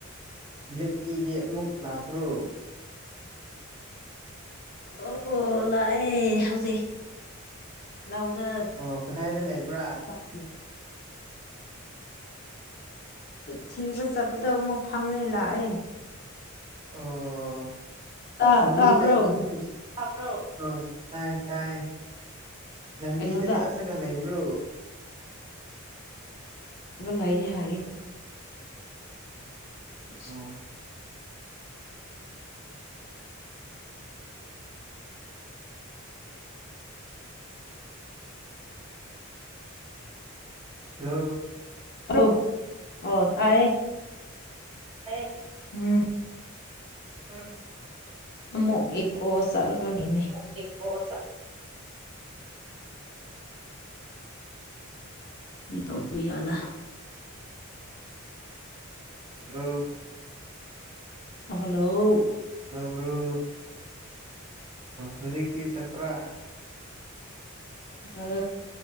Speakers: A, on the right; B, on the left.
A: ꯕ꯭ꯂꯦꯛꯀꯤꯗꯤ ꯑꯃꯨꯛ ꯂꯥꯛꯄ꯭ꯔꯣ
B: ꯑꯣ ꯂꯥꯛꯑꯦ ꯍꯧꯖꯤꯛ ꯂꯧꯗ
A: ꯑꯣ ꯀꯗꯥꯏꯗ ꯂꯩꯕ꯭ꯔꯥ
B: ꯎꯝ ꯊꯤꯕ ꯆꯠꯄꯗ ꯑꯃꯨꯛ ꯐꯪꯉꯦ ꯂꯥꯛꯑꯦ
A: ꯑꯣ
B: ꯇꯥ
A: ꯂꯝꯕꯤꯗ
B: ꯇꯥꯕ꯭ꯔꯣ
A: ꯑꯗꯨꯝ ꯕ꯭ꯔꯣꯣ ꯇꯥꯏ ꯇꯥꯏ ꯂꯝꯕꯤꯗ
B: ꯀꯩꯅꯣꯗ
A: ꯆꯠꯂꯒ ꯂꯩꯕ꯭ꯔꯣ
B: ꯂꯩꯌꯦ ꯍꯥꯏꯌꯦ <inaudible>
A: <inaudible> ꯍꯜꯂꯣ
B: ꯇꯥꯕ꯭ꯔꯣ ꯑꯣ ꯇꯥꯌꯦ
A: ꯇꯥꯌꯦ
B: ꯎꯝ
A: ꯎꯝ
B: ꯑꯃꯨꯛ ꯏꯀꫭ ꯆꯠꯂꯒ ꯂꯩꯅꯦ
A: ꯏꯀꫭ ꯆꯠꯂ
B: ꯇꯧꯕ ꯌꯥꯜꯂ
A: ꯍꯜꯂꯣ
B: ꯍꯜꯂꯣ
A: ꯇꯕ꯭ꯔꫭ ꯍꯧꯖꯤꯛꯇꯤ ꯆꯞꯄ꯭ꯔꯥ
B: ꯑ